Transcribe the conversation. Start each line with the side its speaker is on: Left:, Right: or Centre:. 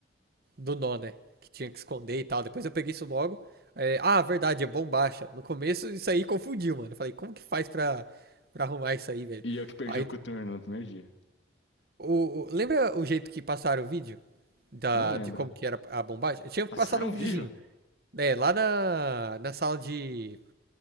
Right: do nó, né? Que tinha que esconder e tal. Depois eu peguei isso logo. É, ah, verdade, é bombacha. No começo isso aí confundiu, mano. Eu falei, como que faz pra, pra arrumar isso aí, velho?
Left: E eu que perdi
Right: Aí,
Left: o coturno no primeiro dia.
Right: o, o- lembra o jeito que passaram o vídeo da,
Left: Não lembro.
Right: de como que era a bombacha? Eu tinha
Left: Passaram
Right: passado um
Left: um vídeo?
Right: videozinho, né? Lá na, na sala de,